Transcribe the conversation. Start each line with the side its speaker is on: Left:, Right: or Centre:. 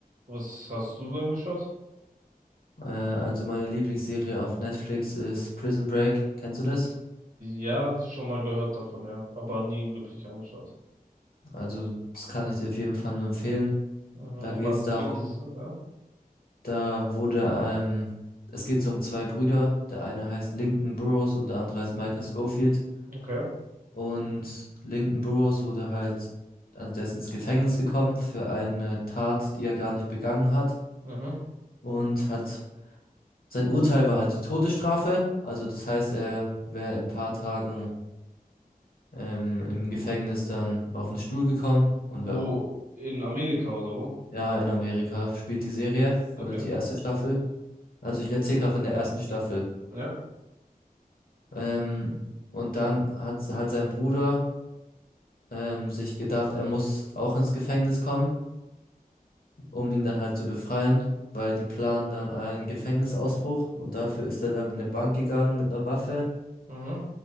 Right: Was hast du so angeschaut?
Left: Äh, also meine Lieblingsserie auf Netflix ist Prison Break. Kennst du das?
Right: Ja, schon mal gehört davon, ja. Aber nie wirklich angeschaut.
Left: Also, das kann ich dir auf jeden Fall nur empfehlen.
Right: Mhm.
Left: Da
Right: Um
Left: geht's
Right: was
Left: darum,
Right: geht es so, ja?
Left: da wurde, ähm, es geht so um zwei Brüder. Der eine heißt Lincoln Burrows und der andere heißt Michael Scofield.
Right: Okay.
Left: Und Lincoln Burrows wurde halt, also der ist ins Gefängnis gekommen für eine Tat, die er gar nicht begangen hat.
Right: Mhm.
Left: Und hat, sein Urteil war halt die Todesstrafe. Also, das heißt, er wäre in ein paar Tagen, ähm, im Gefängnis dann auf den Stuhl gekommen und
Right: Wo?
Left: wäre,
Right: In Amerika oder wo?
Left: ja, in Amerika spielt die Serie, also
Right: Okay.
Left: die erste Staffel. Also ich erzähle gerade von der ersten Staffel.
Right: Ja.
Left: Ähm, und dann hat halt sein Bruder ähm, sich gedacht, er muss auch ins Gefängnis kommen, um ihn dann halt zu befreien, weil die planen dann einen Gefängnisausbruch und dafür ist er dann in eine Bank gegangen mit einer Waffe
Right: Mhm.